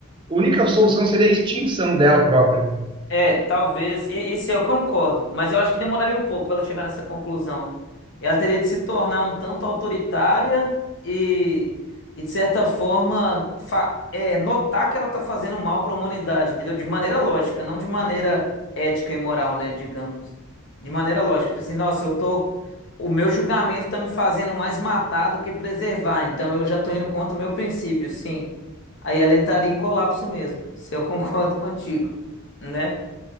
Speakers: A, on the right; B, on the left.
A: única solução seria a extinção dela própria.
B: É, talvez. E isso eu concordo, mas eu acho que demoraria um pouco para ela chegar nessa conclusão. Ela teria de se tornar um tanto autoritária e, e de certa forma, fa- é, notar que ela está fazendo mal para a humanidade, entendeu? De maneira lógica, não de maneira ética e moral, né? Digamos. De maneira lógica. Tipo assim, nossa, eu tô. O meu julgamento está me fazendo mais matar do que preservar, então eu já estou indo contra o meu princípio, sim. Aí ela entraria em colapso mesmo, se eu concordo <laughs> contigo, né?